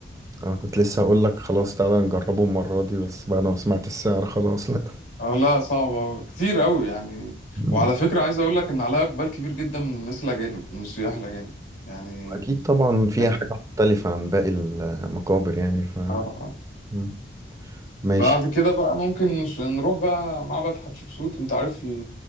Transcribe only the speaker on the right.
أنا كنت لسه اقول لك خلاص تعالى نجربه المرة دي بس بعد ما سمعت السعر خلاص لا
مم.
أكيد طبعا فيها
حاجة مختلفة عن باقي المقابر يعني ف
مم. ماشي